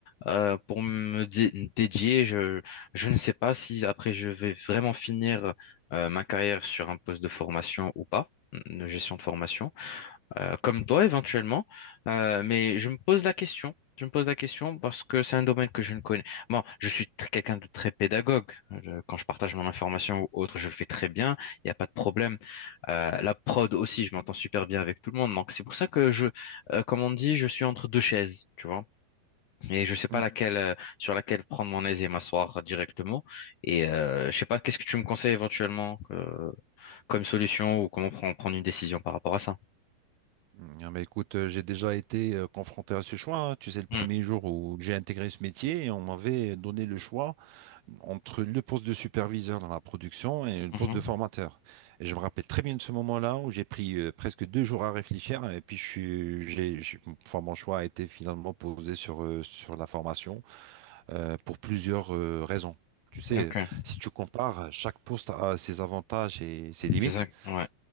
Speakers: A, on the left; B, on the right.
A: Euh, pour me dé- dédier, je, je ne sais pas si après je vais vraiment finir euh, ma carrière sur un poste de formation ou pas, de gestion de formation euh, comme toi éventuellement, euh, mais je me pose la question. Je me pose la question parce que c'est un domaine que je ne connais. Bon, je suis tr- quelqu'un de très pédagogue. Je- quand je partage mon information ou autre, je le fais très bien. Il n'y a pas de problème. Euh, la prod aussi, je m'entends super bien avec tout le monde. Donc c'est pour ça que je, euh, comme on dit, je suis entre deux chaises, tu vois. Et je sais pas
B: Mm.
A: laquelle, euh, sur laquelle prendre mon aise et m'asseoir directement. Et euh, je sais pas, qu'est-ce que tu me conseilles éventuellement euh, comme solution ou comment prendre prendre une décision par rapport à ça?
B: Mm, ah, Mais écoute, euh, j'ai déjà été euh, confronté à ce choix. hein. Tu sais, le premier
A: Hmm.
B: jour où j'ai intégré ce métier, on m'avait donné le choix entre le poste de superviseur dans la production et le
A: Mhm.
B: poste de formateur. Et je me rappelle très bien de ce moment-là où j'ai pris euh, presque deux jours à réfléchir et puis je suis, j'ai, j'ai- enfin, mon choix a été finalement posé sur, euh, sur la formation euh, pour plusieurs euh, raisons. Tu sais,
A: Ok.
B: si tu compares, chaque poste a ses avantages et ses limites,
A: c'est ça ouais.